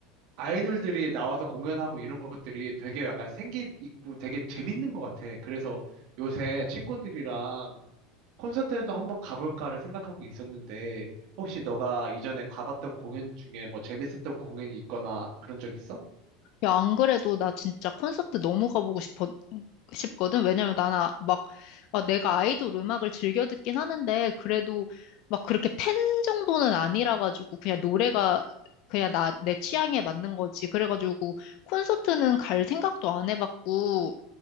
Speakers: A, on the right; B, on the left.
A: 아이돌들이 나와서 공연하고 이런 것들이 되게 약간 생기 있고 되게 재밌는 것 같아. 그래서 요새 친구들이랑 콘서트에도 한번 가볼까를 생각하고 있었는데, 혹시 너가 이전에 가봤던 공연 중에 뭐 재밌었던 공연이 있거나 그런 적 있어?
B: 야, 안 그래도 나 진짜 콘서트 너무 가보고 싶어, 싶거든. 왜냐면 나는 아- 막, 아, 내가 아이돌 음악을 즐겨 듣긴 하는데, 그래도 막 그렇게 팬 정도는 아니라가지고, 그냥 노래가 그냥 나, 내 취향에 맞는 거지. 그래가지고, 콘서트는 갈 생각도 안 해봤고,